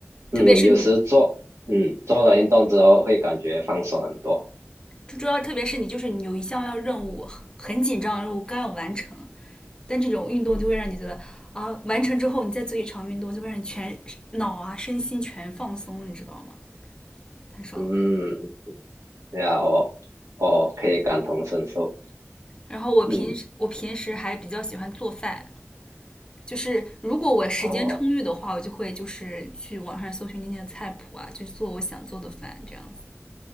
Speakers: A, on the right (about 80°); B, on the left (about 20°).
A: 嗯有时做嗯做了运动之后会感觉放松很多。
B: 特别是你，就主要特别是你，就是你有一项要任务很紧张，任务刚要完成，但这种运动就会让你觉得啊，完成之后你再做一场运动，就会让你全脑啊身心全放松，你知道吗？太爽了。
A: 嗯，对啊，我我可以感同身受。
B: 然后我平时我平时还比较喜欢做饭，
A: 嗯，
B: 就是如果我时间充裕的话，
A: 哦。
B: 我就会就是去网上搜寻那些菜谱啊，就做我想做的饭这样子。